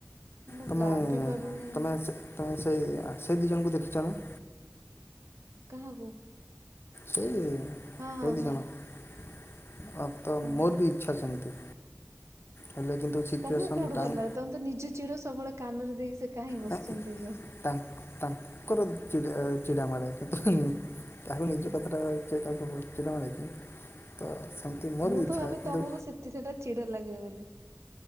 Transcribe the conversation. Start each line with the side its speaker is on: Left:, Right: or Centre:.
Right: ମୁଁ
Left: ତମେ
Right: ଭାବି ପାରୁନି
Left: ତମେ ସେ ତମେ ସେଇ ସେ ଦି ଜଣଙ୍କୁ ଦେଖିଛ ନା?
Right: କାହାକୁ?
Left: ସେଇ
Right: ହଁ ହଁ
Left: ଦୁ
Right: ହଁ
Left: ଜଣ ତ
Right: ହଁ।
Left: ମୋର ବି ଇଚ୍ଛା ସେମିତି। ହେଲେ କିନ୍ତୁ ସିଚୁଏସନ୍
Right: ତମକୁ କୋଉଠୁ
Left: ଟାଇମ୍
Right: ଭଲ ଲାଗେ ତମେ ତ ନିଜ ଚିଡ ସବୁଳେ କାନରେ ଦେଇକି ସେ କାହିଁ ବସଚନ୍ତି
Left: ନାଇଁ
Right: ଦି ଜଣ।
Left: ତା ତାଙ୍କର ଚ ଚିଡ଼ା ମାଡ଼େ କିନ୍ତୁ। ତାକୁ ନିଜେ କଥାଟା ହେ ତାକୁ ଚିଡାମାଡ଼େ କି। ତ ସେମିତି ମୋର
Right: ମୁଁ
Left: ବି ଇଚ୍ଛା
Right: ତ ଭାବେ
Left: କିନ୍ତୁ
Right: ତମକୁ ସେତି ସେଟା ଚିଡା ଲାଗିବ ବୋଲି।